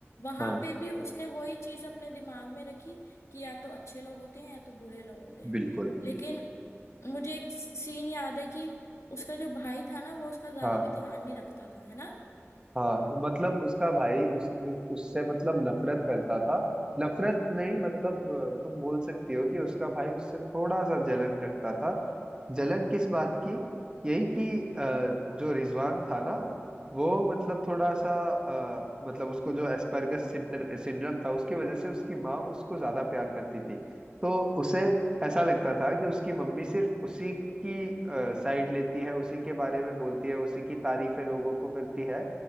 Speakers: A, on the left; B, on the right.
A: वहां
B: हाँ
A: पे भी उसने वही चीज अपने दिमाग में रखी कि या तो अच्छे लोग होते हैं या तो बुरे लोग होते हैं
B: बिल्कुल
A: लेकिन मुझे एक सीन याद है कि उसका जो भाई था ना वो उसका ज्यादा
B: हाँ
A: भी ध्यान नहीं रखता था है ना
B: हाँ मतलब उसका भाई उस उससे मतलब नफरत करता था नफरत नहीं मतलब अ, तुम बोल सकती हो कि उसका भाई उससे थोड़ा सा जलन रखता था जलन किस बात की यही कि अ, जो रिजवान था ना वो मतलब थोड़ा सा अ, मतलब उसको जो एस्पर्गस सिंड्रोम था उसकी वजह से उसकी माँ उसको ज्यादा प्यार करती थी तो उसे ऐसा लगता था कि उसकी मम्मी सिर्फ उसी की साइड लेती है उसी के बारे में बोलती है उसी की तारीफें लोगों को करती है